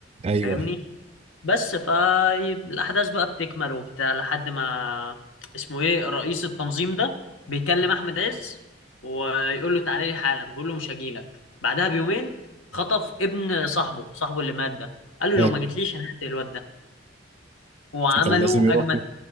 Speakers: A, on the right; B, on the left.
A: أيوه
B: فاهمني
A: أيوه
B: بس فالأحداث بقى بتكمل وبتاع لحد ما اسمه إيه رئيس التنظيم ده بيكلم أحمد عز ويقول له تعالى لي حالا بيقول له مش هجيلك بعدها بيومين خطف ابن صاحبه صاحبه اللي مات ده قال له
A: أيوه
B: لو ما جيتليش أنا هقتل الواد ده وعملوا
A: فكان لازم يروح
B: أجمد
A: له